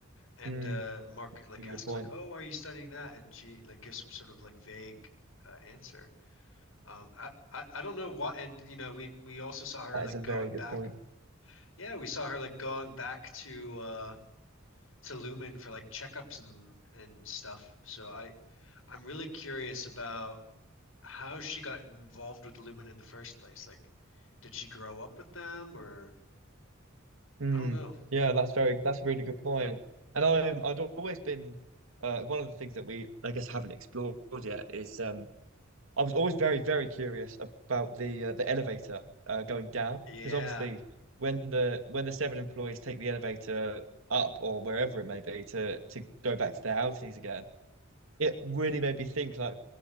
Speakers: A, on the left (about 90°); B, on the right (about 85°).
A: And
B: Mm,
A: uh, Mark
B: that's
A: like
B: a really
A: asks
B: good point.
A: like, "Oh, why are you studying that?" And she like gives some sort of like vague uh, answer. Um, I, I I don't know what, and you know, we we also saw her
B: That
A: like
B: is a
A: going
B: very
A: back.
B: good point.
A: Yeah, we saw her like going back to uh to Lumen for like checkups and and stuff. So I I'm really curious about how she got involved with Lumen in the first place. Like, did she grow up with them or
B: Mm,
A: I don't know.
B: yeah, that's very that's a really good point. And I um, I'd always been uh, one of the things that we I guess haven't explored yet is um I was always very, very curious about the uh, the elevator uh, going down
A: Yeah,
B: because obviously when the when the seven employees take the elevator up or wherever it may be to to go back to their outings again, it really made me think like,